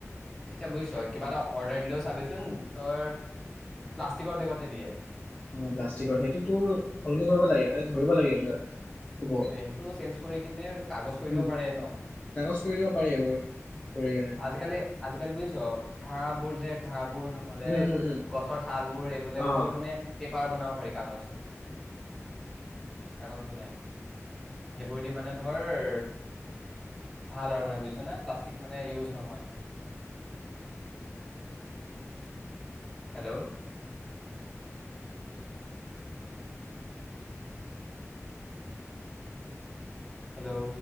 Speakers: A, in the centre; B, on the left.
A: এতিয়া বুজিছ কিবা এটা অৰ্ডাৰ দিলেও চাবিচোন তই প্লাষ্টিকৰ বেগতে দিয়ে।
B: প্লাষ্টিকৰ সেইটোতো সলনি কৰিব লাগে মানে ধৰিব লাগে এইব
A: সেইটোয়ে সেইটো চেঞ্জ কৰি কিনে কাগজ কৰি দিব
B: উম
A: পাৰে ন
B: কাগজ কৰি দিব পাৰ এইবোৰ কৰি কেনে
A: আজিকালি আজিকালি বুজিছ ঘাহ বোৰ যে ঘাঁ নহলে
B: উম উম উম
A: গছৰ চাল বোৰ এইবিলাক
B: অ
A: দিও মানে পাৰ বনাব পাৰি কাগজ কাগজ বনাই সেইবোৰ দি মানে ধৰ ভাল আৰু মানে বুজিছ ন প্লাষ্টিক মানে ইউজ নহয় হেল্ল' হেল্ল'